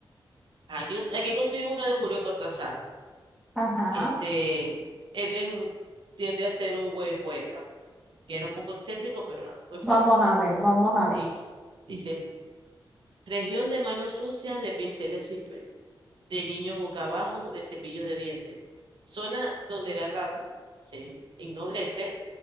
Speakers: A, on the right (about 65°); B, in the centre.
A: aquí, aquí consigo uno de Julio Cortázar.
B: Ajá.
A: Este, él es un- tiende a ser un buen poeta. que era un poco excéntrico, pero era muy poeta.
B: Vamos a ver, vamos a ver.
A: Dice, dice, región de manos sucias, de pinceles sin pelo, de niños boca abajo, de cepillos de dientes, zona donde la rata se ennoblece